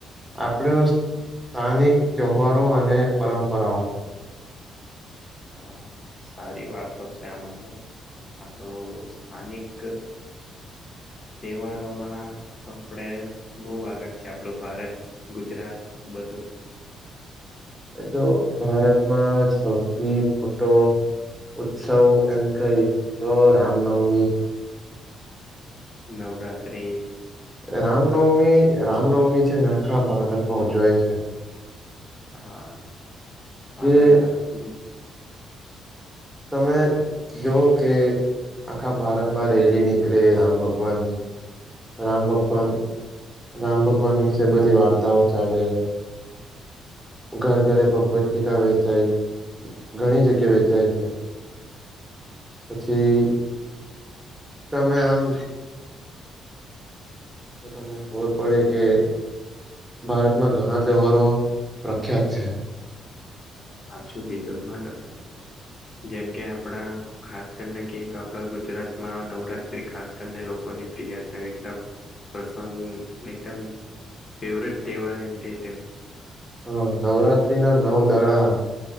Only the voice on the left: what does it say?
હા સારી વાતો છે, આમાં તો આપડો સ્થાનિક તહેવારોમાં તો આપડે બો આગળ છે, આપડું ભારત ગુજરાત બધું
નવરાત્રિ
હા આપડા
ગુ
હાચું કીધું હા તમેં જેમ કે આપણા ખાસ કરીને કેય તો આપડા ગુજરાતમાં નવરાત્રી ખાસ કરને લોકોની પ્રિય છે એકદમ પ્રસંગ એકદમ ફેવરેટ તહેવાર એમ કે તેવુ